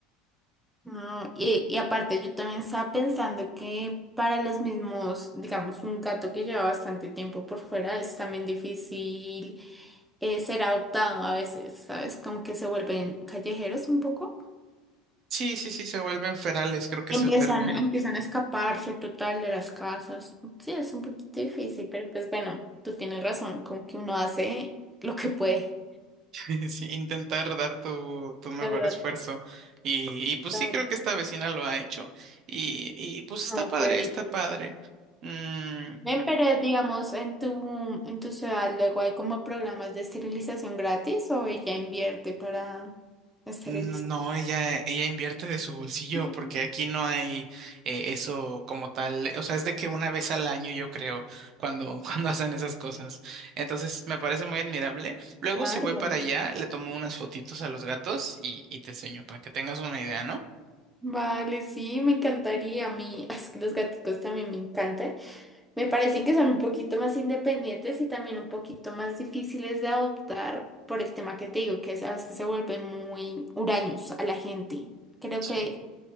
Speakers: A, in the centre; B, on the right.
A: No, y, y aparte yo también estaba pensando que para los mismos, digamos, un gato que lleva bastante tiempo por fuera es también difícil eh, ser adoptado a veces, ¿sabes? Como que se vuelven callejeros un poco.
B: Sí, sí, sí, se vuelven ferales, creo que
A: Empiezan,
B: es el término.
A: empiezan a escaparse total de las casas. Sí, es un poquito difícil, pero pues bueno, tú tienes razón, como que uno hace lo que puede.
B: <laughs> Sí, intentar dar tu, tu mejor
A: De Verdad,
B: esfuerzo. Y, y pues
A: total.
B: sí, creo que esta vecina lo ha hecho. Y, y pues está
A: No,
B: padre,
A: qué bello.
B: está padre. Mm,
A: Ven, pero digamos, en tu, en tu ciudad luego hay como programas de esterilización gratis o ella invierte para esterilizar.
B: No, no, ella, ella invierte de su bolsillo
A: Mm,
B: porque aquí no hay eh, eso como tal. O sea, es de que una vez al año yo creo cuando, <laughs> cuando hacen esas cosas. Entonces me parece muy admirable. Luego
A: Claro.
B: si voy para allá, le tomo unas fotitos a los gatos y, y te enseño para que tengas una idea, ¿no?
A: Vale, sí, me encantaría. A mí, <laughs> es que los gaticos también me encantan. Me parece que son un poquito más independientes y también un poquito más difíciles de adoptar por el tema que te digo, que es, a veces se vuelven muy huraños a la gente. Creo
B: Sí.
A: que